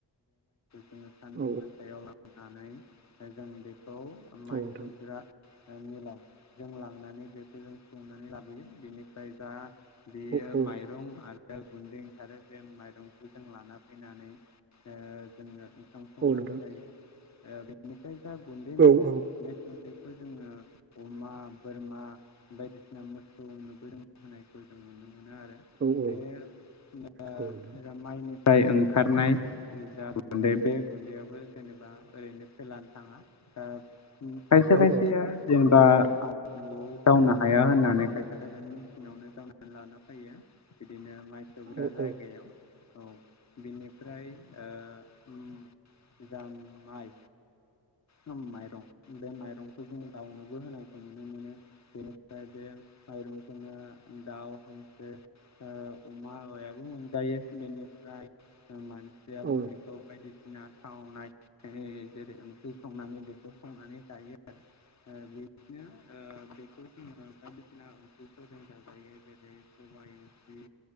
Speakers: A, on the left; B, on the right.
A: जोङो सान्दुं
B: औ
A: गोसायाव लामनानै ओ जों बेखौ
B: औ
A: माइ सौग्रा
B: नोंथां
A: ओ मिलाव जों लांनानै बेखौ जों सौनानै लाबोयो बेनिफ्राय जा बियो
B: औ औ
A: माइरं आर रो गुन्दै ओंखारो जों माइरंखौ जों लाना फैनानै ओ जोङो सं संनानै
B: औ नोंथां
A: जायो ओ बेनिफ्राय गुन्दै
B: औ
A: मोनो
B: औ
A: बे गुन्दैखौ जोङो अमा बोरमा बायदिसिना मो सौनोबो जों होनायखौ जों नुनो मोनो आरो
B: औ औ
A: बे ओ ओ
B: औ नोंथां
A: ओजों माइनि फ्राय ओंखारनाय जा गुन्दै बे गुन्दैयाबो जेनेबा ओरैनो <inaudible> होलानो थाङा ओ खायसे
B: औ
A: खायसेया
B: औ
A: जेनेबा
B: औ नोंथां
A: न'आव जावनो हाया होननानै खायसे खायसे मेसिनावनो जावनानै लाना फैयो। बिदिनो माइ सौग्रा
B: औ
A: जायगायाव
B: औ नोंथां औ
A: औ बिनिफ्राय ओ <unintelligible> माइ <unintelligible> माइरं बे माइरंखौ जोङो दाउनोबो होनायखौ नुनो मोनो ओमफ्राय बे माइरंखौनो दाउ हांसो ओ <unintelligible> याबो मोनजायो बेनिफ्राय मानसियाबो
B: औ नोंथां औ
A: बेखौ बायदिसि थावनाय जेरै ओंख्रि संनानै बेखौ संनानै जायो आरो ओ बि बिदिनो ओ बेखौ जोङो बायदिसिना ओंख्रिफोरजों जाजायो जेरै सबाइ